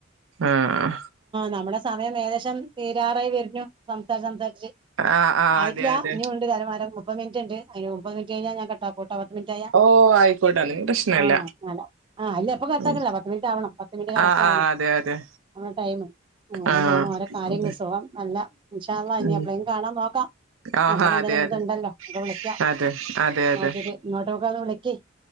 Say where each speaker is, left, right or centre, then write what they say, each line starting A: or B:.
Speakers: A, on the right; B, on the right.
A: ആഹ്
B: നമ്മടെ സമയം ഏകദേശം തീരാറായി വരുന്നു സംസാരിച്ച് സംസാരിച്ച്
A: ആഹ് ആഹ്
B: ആയിട്ടില്ല
A: അതെ അതെ
B: ഇനി ഉണ്ട് അര മുപ്പത് മിനിറ്റ് ഉണ്ട് അയിന് മുപ്പത് മിനിറ്റ് കഴിഞ്ഞാ ഞാൻ കട്ടാക്കുംട്ടൊ മിനിറ്റായ
A: ഓ ആയിക്കോട്ടെ അതിന് പ്രശ്നല്ല
B: ആ ആ ദേപ്പം കട്ട്
A: ഉം
B: ആക്ക്‌ണില്ല പത്ത് മിനിറ്റ് ആവണം പത്ത് മിനിറ്റ് കറക്റ്റ്
A: ആഹ്
B: ആവണേ
A: ആഹ് അതെ അതെ
B: മ്മടെ ടൈമ് അങ്ങനെ
A: ആഹ്
B: പോണ് ഓരോ കാര്യങ്ങൾ
A: അതെ
B: സുഖം നല്ല ഇൻ ഷാ അള്ളാ ഇനി
A: ഉം
B: ഞാൻ നോക്കാം
A: ആഹാ
B: നമ്പർ എന്തായാലും
A: അതെ
B: നമ്മടെത്
A: അതെ
B: ഇണ്ടല്ലോ മ്മക്ക് വിളിക്കാം
A: അതെ അതെ അതെ
B: ഓ ശെരി ഇങ്ങോട്ട്ക്കെ ഒന്ന് വിളിക്ക്